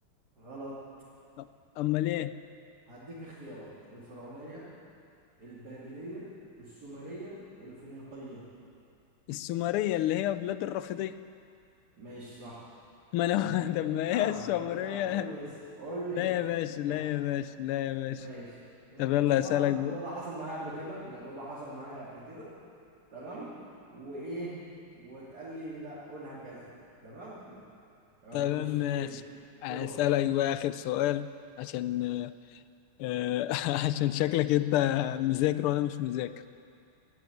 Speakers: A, on the right (about 45°); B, on the left (about 85°).
A: غلط
B: أ- امال ايه
A: هديك اختيارات الفرعونية البابلية السومرية الفينيقية
B: السومرية اللي هي بلاد الرافدين
A: ماشي صح
B: ما انا
A: انا ماليش
B: <laughs> طب ما
A: دعوة
B: هي السومرية
A: انا ماليش دعوة قول لي اسم قول لي
B: لا
A: اسم
B: يا باشا
A: ماليش دعوة
B: لا يا باشا لا يا باشا
A: ماشي ماشي
B: طب يلا
A: اصل
B: اسالك
A: أنا الموضوع
B: بقى
A: ده حصل معايا قبل كده الموضوع ده حصل معايا قبل كده تمام وايه وتقال لي لا قولها كذا تمام يعني
B: تمام
A: مش من
B: ماشي
A: بعيد دورك
B: اسالك بقى اخر سؤال عشان آه، <laughs> عشان شكلك انت مذاكر وانا مش مذاكر